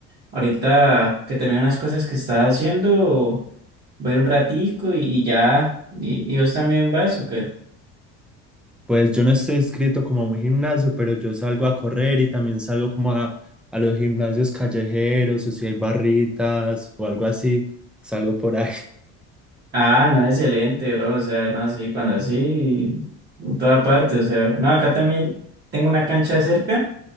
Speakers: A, on the right; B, in the centre.
A: ahorita que termino unas cosas que estaba haciendo, voy a ir un ratico y, y ya, ¿y, y vos también vas o qué?
B: Pues yo no estoy inscrito como a un gimnasio, pero yo salgo a correr y también salgo como a, a los gimnasios callejeros o si hay barritas o algo así, salgo por ahí. <laughs>
A: Ah, no, excelente, bro. O sea, no, sí, cuando así, en toda parte. O sea, no, acá también tengo una cancha cerca.